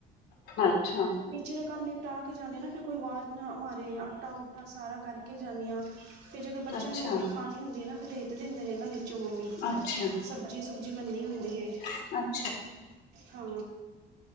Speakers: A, on the left; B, on the right.
A: ਅੱਛਾ।
B: ਨੀਚੇ ਦਾ ਕੰਮ ਨਿਪਟਾ ਕੇ ਜਾਂਦੀ ਹਾਂ ਨਾ। ਫੇਰ, ਕੋਈ ਆਵਾਜ਼ ਨਾ ਮਾਰੇ ਆਟਾ- ਉਟਾ ਸਾਰਾ ਕਰਕੇ ਜਾਂਦੀ ਹਾਂ। ਫੇਰ ਜਦੋਂ ਬੱਚਿਆਂ
A: ਅੱਛਾ,
B: ਨੂੰ ਰੋਟੀ ਖਾਣੀ ਹੁੰਦੀ ਆ। ਨਾ ਫੇਰ ਭੇਜ ਦਿੰਦੇ ਨੇ ਨਾ ਨੀਚੋਂ ਮੰਮੀ। ਸ-
A: ਅੱਛਾ,
B: ਸਬਜ਼ੀ- ਸੁਬਜ਼ੀ ਬਣਨੀ ਹੁੰਦੀ ਏ।
A: ਅੱ
B: ਹਾਂ,